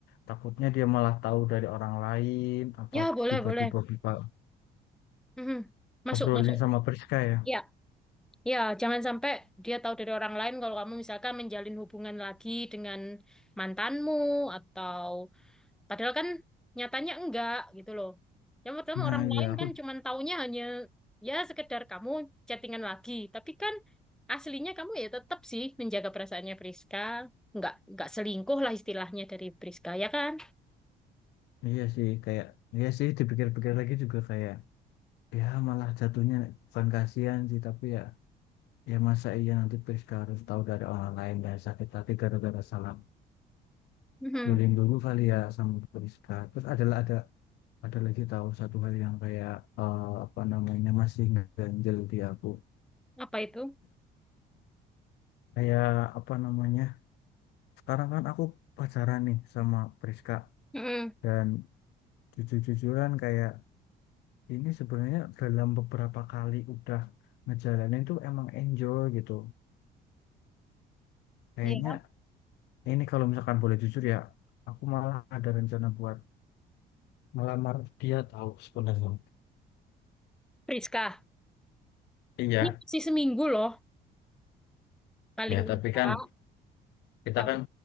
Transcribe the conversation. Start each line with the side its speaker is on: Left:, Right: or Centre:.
Left: Takutnya dia malah tahu dari orang lain apa
Centre: ya boleh,
Left: tiba-tiba
Centre: boleh.
Left: buka
Centre: Mhm. Masuk,
Left: obrolin
Centre: masuk.
Left: sama Priska ya.
Centre: Ya, ya, jangan sampai dia tahu dari orang lain kalau kamu misalkan menjalin hubungan lagi dengan mantanmu atau Padahal kan nyatanya enggak gitu loh. Yang pertama
Left: Nah,
Centre: orang lain
Left: ya aku
Centre: kan cuman taunya hanya ya sekedar kamu chattingan lagi. Tapi kan aslinya kamu ya tetap sih menjaga perasaannya Priska. Enggak, enggak selingkuh lah istilahnya dari Priska ya kan?
Left: iya sih kayak iya sih dipikir-pikir lagi juga kayak ya malah jatuhnya bukan kasihan sih tapi ya Ya masa iya nanti Priska harus tahu dari orang lain dan sakit hati gara-gara salah
Centre: Mhm.
Left: bullying dulu kali ya sama Priska. Terus adalah ada ada lagi tahu satu hal yang kayak eh, apa namanya masih ganjel di aku.
Centre: Apa itu?
Left: Kayak apa namanya? Sekarang kan aku pacaran nih sama Priska
Centre: Mhm.
Left: dan jujur-jujuran kayak ini sebenarnya dalam beberapa kali udah ngejalanin tuh emang enjoy gitu. Kayaknya
Centre: Iya.
Left: ini kalau misalkan boleh jujur ya, aku malah ada rencana buat melamar dia tahu sebenarnya
Centre: Priska.
Left: Iya,
Centre: Ini masih seminggu loh. Paling
Left: ya
Centre: enggak.
Left: tapi kan kita
Centre: Paling.
Left: kan